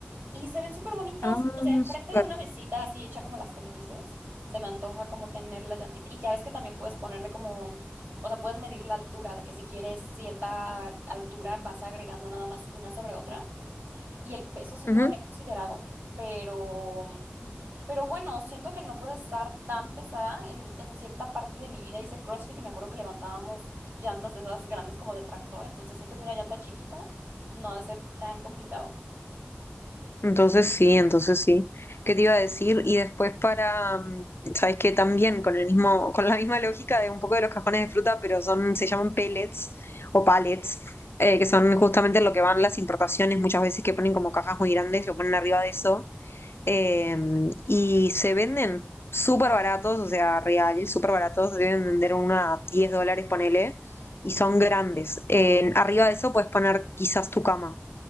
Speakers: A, on the right (about 50°); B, on the left (about 70°).
A: Y se ven súper bonitas,
B: Ah,
A: o sea, enfrente
B: súper.
A: de una mesita así hecha como las que me dices, se me antoja como tener la llantita. Y ya ves que también puedes ponerle como, o sea, puedes medir la altura, de que si quieres cierta altura vas agregando nada más una sobre otra. Y el peso sí
B: Ujú.
A: no lo había considerado, pero, pero bueno, siento que no puedo estar tan pesada. En, en cierta parte de mi vida hice CrossFit y me acuerdo que levantábamos llantas de esas grandes como de tractor, entonces siento que una llanta chiquita no ha de ser tan complicado.
B: Entonces sí, entonces sí. ¿Qué te iba a decir? Y después para, mm, ¿sabes qué? También con el mismo, con la misma lógica de un poco de los cajones de fruta, pero son, se llaman pellets o pallets, eh, que son justamente lo que van las importaciones, muchas veces que ponen como cajas muy grandes, lo ponen arriba de eso, eh, y se venden súper baratos, o sea, real, súper baratos, deben vender una 10 dólares, ponele, y son grandes. Eh, arriba de eso puedes poner quizás tu cama